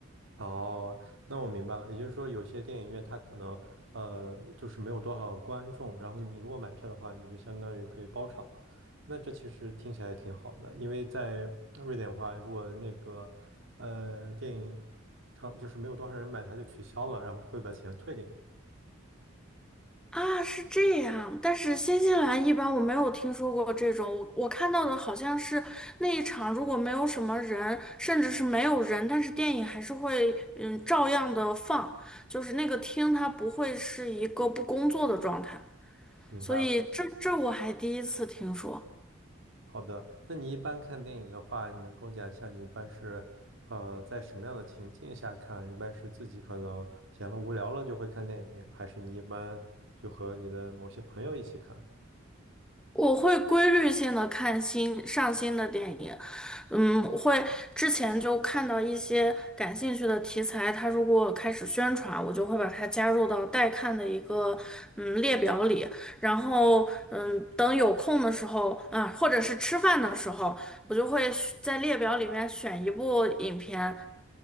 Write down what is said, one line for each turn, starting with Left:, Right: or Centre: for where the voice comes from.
Right: 哦，那我明白了，也就是说，有些电影院它可能呃，就是没有多少观众，然后你如果买票的话，你就相当于可以包场了。那这其实听起来也挺好的，因为在瑞典的话，如果那个呃电影场就是没有多少人买，它就取消了，然后会把钱退给你。
Centre: 啊，是这样，但是新西兰一般我没有听说过这种，我我看到的好像是那一场如果没有什么人，甚至是没有人，但是电影还是会嗯照样的放，就是那个厅它不会是一个不工作的状态，
Right: 明白了。
Centre: 所以这这我还第一次听说。
Right: 好的，那你一般看电影的话，你能跟我讲一下你一般是呃在什么样的情境下看？一般是自己可能闲了无聊了就会看电影，还是你一般就和你的某些朋友一起看？
Centre: 我会规律性的看新上新的电影，嗯，会之前就看到一些感兴趣的题材，它如果开始宣传，我就会把它加入到待看的一个嗯列表里，然后嗯等有空的时候啊，或者是吃饭的时候，我就会在列表里面选一部影片，